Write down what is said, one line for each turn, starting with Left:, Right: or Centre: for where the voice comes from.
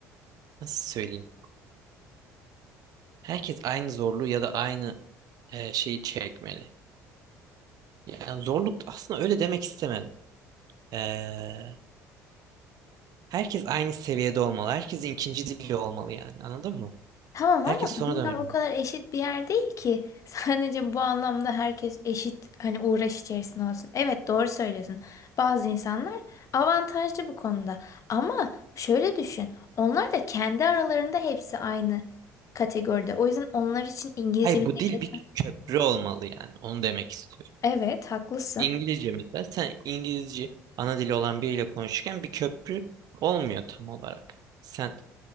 Right: nasıl söyleyeyim. Herkes aynı zorluğu ya da aynı e, şeyi çekmeli. Yani zorluk aslında öyle demek istemedim. Eee, herkes aynı seviyede olmalı. Herkesin ikinci dili olmalı yani. Anladın mı?
Left: Tamam
Right: Herkes
Left: ama
Right: sonradan
Left: dünya
Right: öğreniyor.
Left: o kadar eşit bir yer değil ki. <laughs> Sadece bu anlamda herkes eşit hani uğraş içerisinde olsun. Evet doğru söylüyorsun. Bazı insanlar avantajlı bu konuda. Ama şöyle düşün. Onlar da kendi aralarında hepsi aynı kategoride. O yüzden onlar için İngilizce
Right: Hayır
Left: bilmek
Right: bu dil
Left: yeter.
Right: bir köprü olmalı yani. Onu demek istiyorum.
Left: Evet haklısın.
Right: İngilizce mesela sen İngilizce ana dili olan biriyle konuşurken bir köprü olmuyor tam olarak. Sen